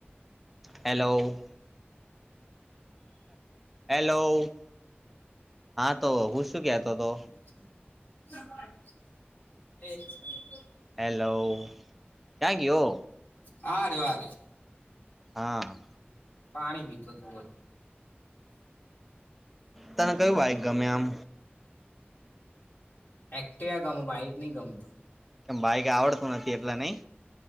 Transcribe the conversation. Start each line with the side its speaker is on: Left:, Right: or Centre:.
Centre: હેલો. હેલો. હા! તો હું શું કહતો હતો?
Left: <inaudible>
Centre: હેલો. ક્યાં ગયો?
Left: હા રહ્યો.
Centre: હા!
Left: પાણી પીતો હતો બ.
Centre: તને કયું બાઇક ગમે આમ?
Left: એક્ટિવ ગમે. બાઈક નહી ગમતું.
Centre: કે બાઈકા આવડતું નથી. એલા નહી?